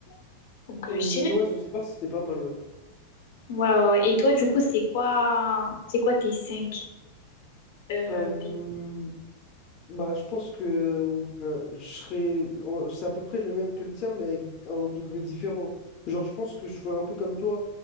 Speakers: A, on the left; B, on the left.
A: Donc
B: Hmm,
A: euh, je dirais.
B: ouais, Zanzibar, c'était pas mal, ouais.
A: Ouais, ouais, ouais. Et toi, du coup, c'est quoi c'est quoi tes cinq euh,
B: Euh,
A: pays?
B: Bah, je pense que euh, je serais. on- C'est à peu près le même que le tien, mais avec un degré différent. Genre, je pense que je ferais un peu comme toi.